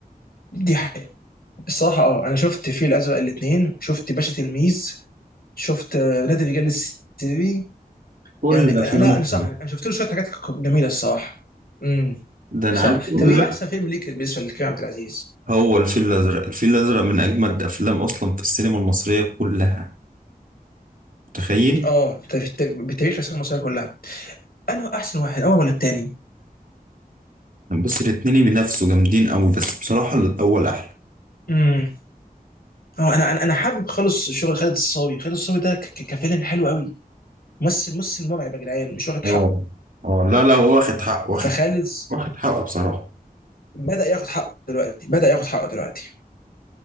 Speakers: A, on the left; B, on the right.
A: دي حقيقة الصراحة اه انا شفت الفيل الأزرق الاتنين شفت باشا تلميذ شفت آه، نادي الرجال السري
B: كل
A: يعني انا
B: افلامه
A: انا صح
B: حلوه
A: انا شفت له شوية حاجات جميلة الصراحة امم
B: ده انا
A: صح
B: عارف اقول
A: طب ايه
B: لك
A: احسن فيلم ليك بالنسبة لكريم عبد العزيز؟
B: هو الفيل الأزرق الفيل الأزرق من أجمد أفلام أصلا في السينما المصرية كلها متخيل
A: اه في الت- بالتاريخ العسكريه المصريه كلها انه احسن واحد اول ولا التاني
B: بص الاتنين بينافسوا جامدين أوي بس بصراحة الأول أحلى
A: امم اه انا انا أنا حابب خالص شغل خالد الصاوي خالد الصاوي ده ك- ك- كفيلن حلو قوي ممثل ممثل مرعب يا جدعان مش واخد حقه
B: اه اه لا لا هو واخد حق واخد
A: فخالد
B: واخد حقه بصراحة
A: بدا ياخد حقه دلوقتي بدا ياخد حقه دلوقتي